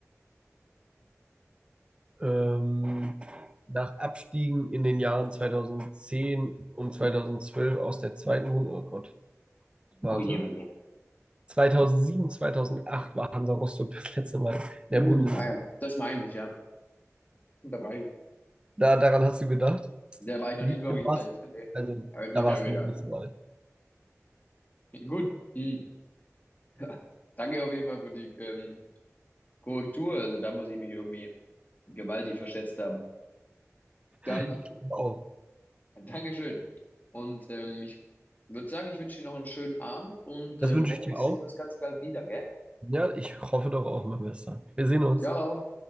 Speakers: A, on the right; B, on the left.
A: ähm, nach Abstiegen in den Jahren 2010 und 2012 aus der zweiten Bund, oh Gott, warte.
B: Oh je, Mini.
A: 2007, 2008 war Hansa Rostock das letzte Mal in der
B: Hm,
A: Bundesliga.
B: naja, das meine ich, ja. Da war ich,
A: Da, daran hast du gedacht?
B: da war ich
A: Siehst
B: noch nicht wirklich
A: du
B: alt. <laughs> Nee.
A: Also,
B: Habe ich
A: da
B: nicht
A: warst
B: dran gedacht.
A: du noch nicht so alt.
B: Gut. Hm. <laughs> Danke auf jeden Fall für die ähm, Korrektur. Also da muss ich mich irgendwie gewaltig verschätzt haben. Dann,
A: Ich glaube auch.
B: <laughs> Dankeschön. Und ähm, ich würde sagen, ich wünsche dir noch einen schönen Abend und
A: Das
B: ähm,
A: wünsche
B: hoffentlich
A: ich dir auch.
B: sehen wir uns ganz bald wieder, gell?
A: Ja, ich hoffe doch auch, mein Bester. Wir sehen uns.
B: Ciao.